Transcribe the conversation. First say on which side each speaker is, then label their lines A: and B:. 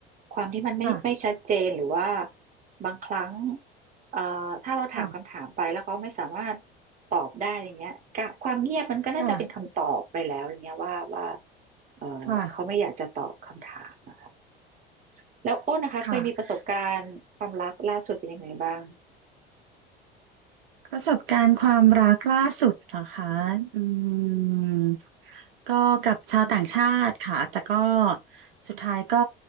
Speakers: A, on the right; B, on the right.
A: ความที่มันไม่ไม่ชัดเจนหรือว่า
B: ค่ะ
A: บางครั้ง เอ่อถ้าเราถามคำถามไปแล้วเขาไม่สามารถ
B: ค่ะ
A: ตอบได้อย่างเงี้ยกะความเงียบมันก็น่าจะเป็นคำตอบไปแล้วอย่างเงี้ยว่าว่า
B: ค่ะ
A: เอ่อเขาไม่อยากจะตอบคำถามนะคะ
B: ค่ะ
A: แล้วโอ้นนะคะเคยมีประสบการณ์ความรักล่าสุดเป็นยังไงบ้าง
B: ค่ะ ประสบการณ์ความรักล่าสุดเหรอคะอืมก็กับชาวต่างชาติค่ะแต่ก็สุดท้ายก็